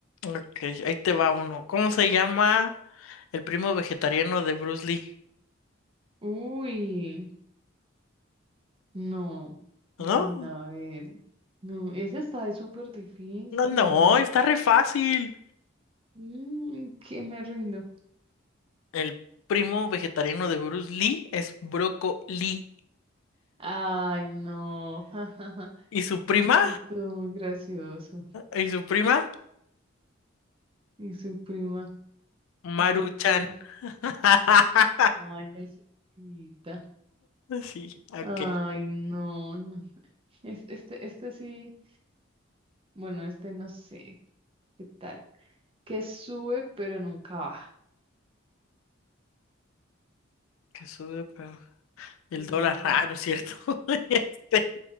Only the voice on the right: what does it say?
Uy, no,
Mm, a ver, no, esa está de súper difícil.
Mm, que me rindo.
Ay, no, <laughs>
estuvo muy gracioso.
Y su prima,
brócoli.
Ay, la sopita.
Ay, no, no. Es, este, este sí, bueno, este no sé qué tal. Que sube, pero nunca baja.
Pero
nunca
baja.